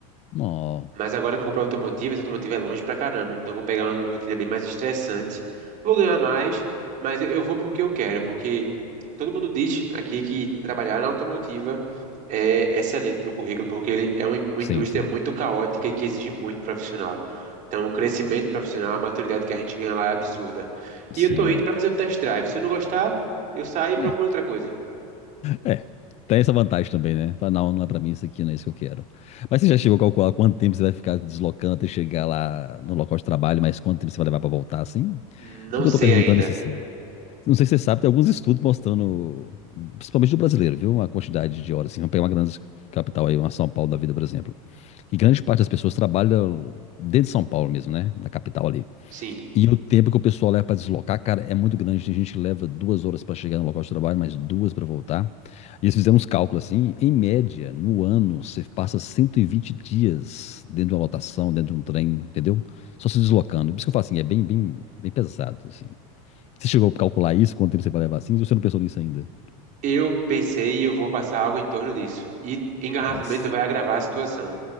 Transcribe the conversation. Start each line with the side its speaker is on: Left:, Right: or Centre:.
Left: não.
Right: Mas agora que eu vou pra automotiva, essa automotiva é longe pra caramba. Então eu vou pegar uma rotina bem mais estressante. Vou ganhar mais, mas eu eu vou porque eu quero. Porque todo mundo diz aqui que trabalhar na automotiva é excelente pro currículo, porque ele é uma in- uma
Left: Sim,
Right: indústria
Left: sim,
Right: muito caótica e que exige muito profissional. Então o crescimento profissional, a maturidade que a gente ganha lá é absurda. E
Left: sim.
Right: eu tô indo pra fazer o test drive. Se eu não gostar, eu saio e procuro
Left: É,
Right: outra coisa.
Left: é. Tem essa vantagem também, né? Fala, não, não é pra mim isso aqui, não é isso que eu quero. Mas você já chegou a calcular quanto tempo você vai ficar deslocando até chegar lá no local de trabalho, mas quanto tempo você vai levar pra voltar, assim?
Right: Não
Left: Porque
Right: sei
Left: eu tô perguntando
Right: ainda.
Left: isso assim. Não sei se você sabe, tem alguns estudos mostrando, principalmente do brasileiro, viu? a quantidade de horas, assim. Vamos pegar uma grande capital aí, uma São Paulo da vida, por exemplo. Que grande parte das pessoas trabalham dentro de São Paulo mesmo, né? Na capital ali.
Right: Sim.
Left: E o tempo que o pessoal leva para deslocar, cara, é muito grande. Tem gente que leva duas horas para chegar no local de trabalho, mais duas para voltar. E eles fizeram uns cálculos assim. Em média, no ano, você passa 120 dias dentro de uma lotação, dentro de um trem, entendeu? Só se deslocando. Por isso que eu falo assim, é bem, bem, bem pesado, assim. Você chegou a calcular isso, quanto tempo você vai levar assim? Você não pensou nisso ainda?
Right: Eu pensei, eu vou passar algo em torno disso. E engarrafamento
Left: Nossa.
Right: vai agravar a situação.